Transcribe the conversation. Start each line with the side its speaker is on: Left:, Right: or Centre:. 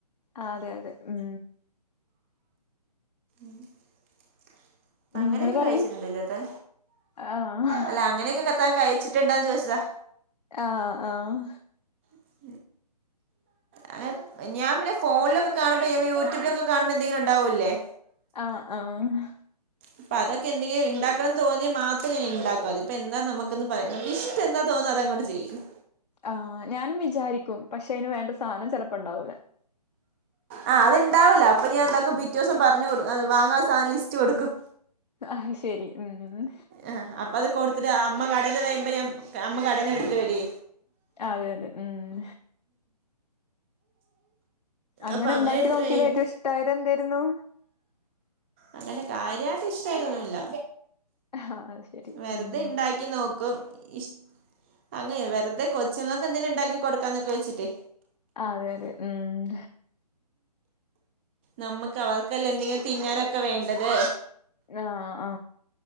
Left: അതെ അതെ ഉം
Right: <unintelligible>
Left: നിങ്ങള്
Right: അങ്ങനെയൊക്കെ
Left: പറയും
Right: കഴിച്ചിട്ടുണ്ടല്ലേത്തൻ
Left: ആഹ്
Right: അല്ല അങ്ങനൊക്കെ ത്താൻ കഴിച്ചിട്ട്ണ്ടാ ചോദിച്ചതാ
Left: ആഹ ആഹ
Right: <unintelligible> അ ഞാൻന്നെ ഫോണിലൊക്കെ കാണുമ്പോ ഞ യൂട്യൂബിലൊക്കെ കാണുമ്പോ എന്തെങ്കിലും ഉണ്ടാവല്ലേ
Left: ആഹ ആഹ
Right: അപ്പൊ അതൊക്കെ എന്തെങ്കില ഉണ്ടാക്കണംന്ന് തോന്നിയാ മാത്രം ഞാന് ഉണ്ടാക്കാതി ഇപ്പൊ എന്താ നമുന്ന് പറയുന്നത് ഇഷ്ട എന്താ തോന്ന അതങ്ങോ് ചെയ്യുന്നു
Left: ആ ഞാനും വിചാരിക്കും പക്ഷെ അതിന് വേണ്ട സാധനം ചെിലപ്പോ ഉണ്ടാവൂല
Right: ആഹ് അത് ഉണ്ടാവൂില്ല അപ്പൊ ഞാൻ എന്താക്കും പിറ്റ ദിവസം പറഞ്ഞു കൊ വാങ്ങാ സാധം ലിസ്റ്റ് കൊടുക്കും
Left: ആഹ ശരി ഉം
Right: ആ അപ്പ അത് കൊടുത്തിട്ട് അമ്മ കടന്ന് പറയുമ്പോ ഞാ അമ്മ കടന്ന് എടുത്തിട്ട് വരുേ
Left: അതെ അതെ ഉം അങ്ങനെ
Right: അപ്പൊ
Left: ഉണ്ടാക്കി
Right: എടുത്തിട്ട്
Left: നോക്കീല്ലേ
Right: വരും
Left: ഏറ്റവും ഇഷ്ടായത് എന്തായിരുന്നു
Right: അങ്ങനെ കാര്യമായിട്ട ഇഷ്ടമായിട്ടൊന്നുമല്ല
Left: ആഹ് അത് ശരി
Right: വെറുതെ
Left: ഉം
Right: ഇണ്ടാക്കി നോക്കും ഇഷ അങ്ങനെ വെറുതെ കൊച്ചുങ്ങൊക്ക എന്തെങ്കിലും ഉണ്ടാക്കി കൊടുക്കാന്നൊക്കെ വെച്ചിട്ടേ
Left: അതെ അതെ ഉം
Right: നമ്മുക്ക് അവർക്കല്ലാം എന്തെങ്കിലും തിന്നാനൊക്കെ വേണ്ടത്
Left: ആഹ ആഹ